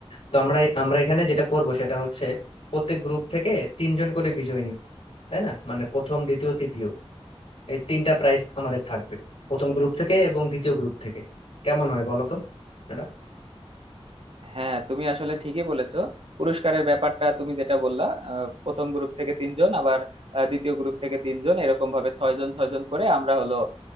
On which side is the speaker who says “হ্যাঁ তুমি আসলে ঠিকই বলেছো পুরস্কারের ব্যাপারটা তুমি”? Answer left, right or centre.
Right